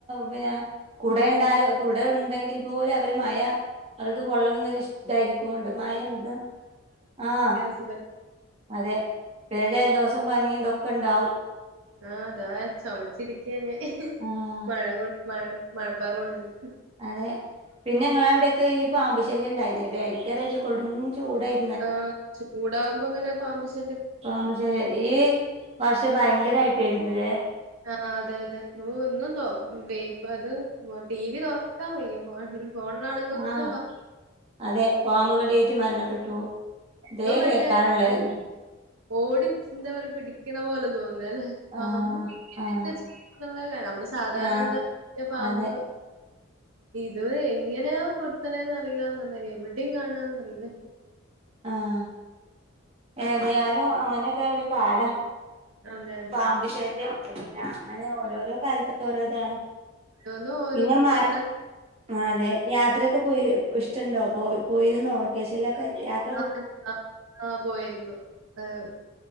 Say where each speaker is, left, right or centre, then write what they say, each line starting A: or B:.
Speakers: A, on the right; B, on the right.
A: പിന്ന കുടണ്ടാല്
B: ഉം
A: കുട ഉണ്ടെങ്കിൽ പോലും അവര് മയ അവർക്ക് കൊള്ളണം ന്നൊരിഷ് ടായ്രിക്കും കൊണ്ട് മയ എന്ത് ആഹ്.
B: സുഖ
A: അതെ പിന്നെ ജലദോഷം പനിതൊക്കെ ണ്ടാവും.
B: ആഹ് താ ചുമച്ചിരിക്ക്യാ ഞാൻ
A: ആഹ്
B: മഴ കൊ മഴ മഴപ്പാറ് കൊണ്ടന്ന്.
A: അതെ പിന്നെങ്ങളവിടെക്കെ ഈ പാമ്പ്ശല്യംണ്ടായ്ര്ന്നീലെ, ഭയങ്കരൊരു കൊടും ചൂടായ്
B: ആഹ് ചൂടാവുമ്പോങ്ങനെ പാമ്പ് ശല്യം.
A: പാമ്പ്ശല്യം ഈ വർഷം ഭയങ്കരായ്ട്ടേര്ന്ന്ലേ.
B: ആഹ് അതെ അതെ ഓഹ് ഇന്നും ഇപ്പ അത് ടീ വി തൊറക്കാൻ വയ്യപോ ഫോൺലാണെങ്കി ഒക്കെ
A: ആഹ്
B: ബാ
A: അതെ പാമ്പുകടിയേറ്റ്മരണപ്പെട്ടു
B: ഇപ്പൊ
A: തേ
B: മറ്റേ
A: കേക്കാനുള്ളായ്ര്ന്നു.
B: ഓ ഓടി ന്താപറ്യ പിടിക്ണ പോലെ തോന്നല്ലേ
A: ആഹ്
B: പാമ്പ്. <inaudible>
A: ആഹ്
B: ക്കെ നമ്മള് സാധാരണ
A: ആഹ്
B: എന്താ പാമ്പ്
A: അതെ
B: ഇത്വരെ എങ്ങനെയാ കൊത്ത്ണേന്ന്റിയില്ലന്നർഞ്ഞതിരി എവിടെയും കാണന്ന്റിയില്ല
A: ആഹ് ഏതായാലും അങ്ങനെയൊക്കെ ഒരു കാലാ
B: അതെ അതെ
A: പാമ്പു
B: അതെ
A: ശല്യം അങ്ങനെ ഓരോരോ കാലത്ത് ഓരോതാണ്
B: ഓരോന്നും ഓരോന്നും
A: പിന്നെ മയ്
B: തരണം
A: ആ അതെ യാത്രയൊക്കെ പോയി ഇഷ്ടണ്ടോ പോയി പോയിരുന്നോ വെക്കേഷൻലൊക്കെ യാത്
B: <unintelligible> ആഹ് പോയിരുന്നു ഏഹ്